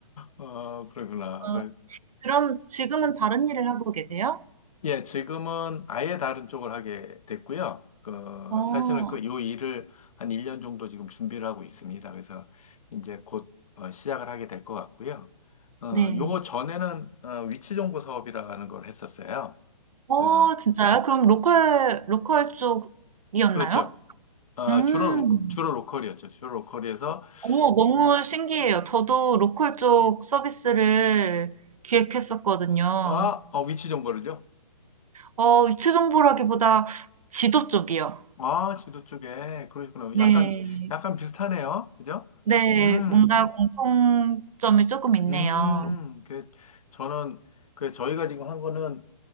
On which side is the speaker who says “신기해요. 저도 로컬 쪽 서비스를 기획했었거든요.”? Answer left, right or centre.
Right